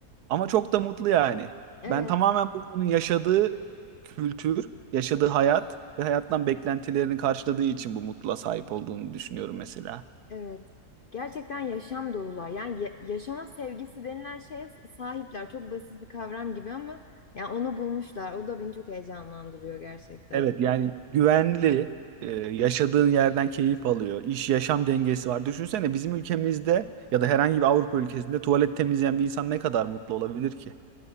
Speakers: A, on the right (about 80°); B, on the left (about 60°).
A: Ama çok da mutlu yani.
B: Evet,
A: Ben tamamen bu- onun yaşadığı kültür, yaşadığı hayat ve hayattan beklentilerini karşıladığı için bu mutluluğa sahip olduğunu düşünüyorum mesela.
B: evet. Gerçekten yaşam dolular. Yani ya- yaşama sevgisi denilen şeye sahipler. Çok basit bir kavram gibi ama yani onu bulmuşlar. O da beni çok heyecanlandırıyor gerçekten.
A: Evet yani güvenli, e, yaşadığın yerden keyif alıyor. İş yaşam dengesi var. Düşünsene bizim ülkemizde ya da herhangi bir Avrupa ülkesinde tuvalet temizleyen bir insan ne kadar mutlu olabilir ki?